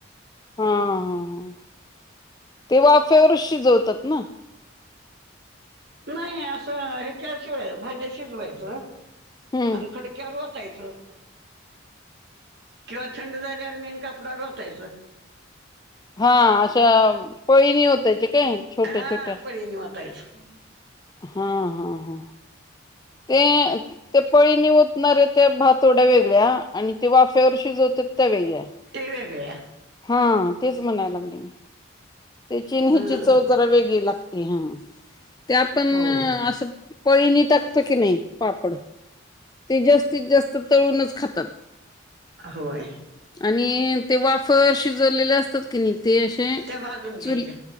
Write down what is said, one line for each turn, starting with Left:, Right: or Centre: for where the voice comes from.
Left: हा, हा. ते वाफेवरचं शिजवतात ना?
Right: नाही असं हेच्याळ शिवाय भांड्या शिजवायचं
Left: हम्म.
Right: आणि फडक्यावर वंत. किंवा थंड झाल्यावर मेन कपडा होतायच.
Left: हा अशा पळीणी होतायचे काय छोट्या
Right: हा
Left: छोट्या.
Right: पळीने वतायचं
Left: हा हा हा. ते ते पळीनी ओतणारे त्या भातोड्या वेगळ्या आणि तेिं वाफेवर शिजवता ते वेगळया.
Right: ते वेगळ्या
Left: हा तेच म्हणायला लागली मी ते चिनहेची
Right: ह
Left: चव जरा वेगळी लागते हा. त्या पण
Right: हो
Left: असं पळीणी टाकतो की नाही पापड. ते जास्तीत जास्त तळूनच खातात.
Right: होय
Left: आणि ते वाफ शिजवलेले असतात की नई ते असे
Right: त्या भाजून घ्यायच्या.
Left: चुल